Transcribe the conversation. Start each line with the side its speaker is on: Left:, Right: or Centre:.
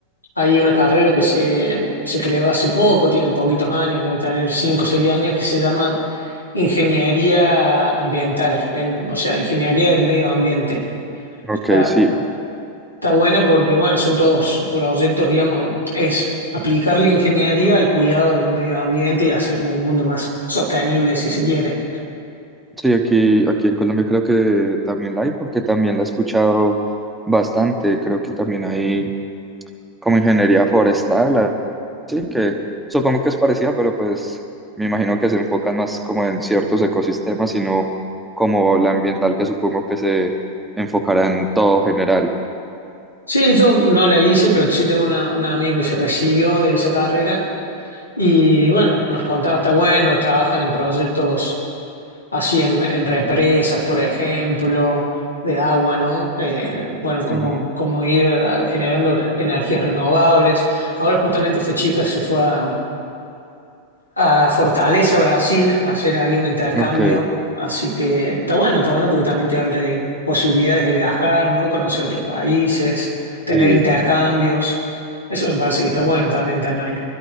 Left: hay una carrera que se, se creó hace poco, tiene poquitos años, debe tener 5 o 6 años, que se llama Ingeniería Ambiental, en, o sea, Ingeniería del Medio Ambiente.
Centre: Ok,
Left: Está,
Centre: sí,
Left: está buena porque, bueno, son todos proyectos, digamos, es aplicar la ingeniería al cuidado del medio ambiente y hacer como un mundo más sostenible, si se quiere.
Centre: Sí, aquí, aquí en Colombia creo que también la hay, porque también la he escuchado bastante. Creo que también hay como ingeniería forestal, así que supongo que es parecida, pero pues me imagino que se enfocan más como en ciertos ecosistemas, sino como la ambiental, que supongo que se enfocará en todo general.
Left: Sí, yo no la hice, pero sí tengo una, una amiga que se recibió de esa carrera Y bueno, nos contaba, está bueno, trabajan en proyectos así en, en represas, por ejemplo, de agua, ¿no? Eh, bueno, cómo,
Centre: Ujú.
Left: cómo ir ah, generando energías renovables. Ahora justamente esta chica se fue a, a Fortaleza, Brasil, a hacer ahí un intercambio.
Centre: Ok,
Left: Así que está bueno, está bueno porque también te habla de posibilidades de viajar, ¿no? Conocer otros países, tener
Centre: sí.
Left: intercambios. Eso me parece que está bueno también tenerlo.